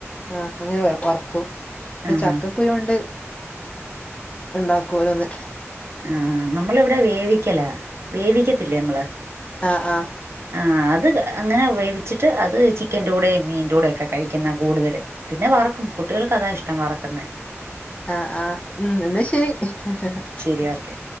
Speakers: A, on the left (about 25°); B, on the right (about 60°).
A: ആഹ് അങ്ങനെ വർക്കും ഇപ്പോ
B: ആ ആ
A: കുരുകൊണ്ട് ഉണ്ടാക്കു ഓരോന്ന്.
B: ആ, നമ്മളിവിടെ വേവിക്കലാ. വേവിക്കത്തില്ലേ നമ്മള്.
A: അ, ആഹ
B: ആ. അത് അങ്ങനെ വേവിച്ചിട്ട് അത് ചിക്കൻന്റെ കൂടെയും മീൻന്റെ കൂടെയും ഒക്കെ കഴിക്കുന്ന കൂടുതല്. പിന്നെ വറക്കും. കുട്ടികൾക്ക് അതാ ഇഷ്ടം വറക്കുന്നേ.
A: ആഹ്, ആഹ്, ഉം എന്നാ ശരി. ഹ ഹ ഹ ഹാ
B: രി ഓക്കെ.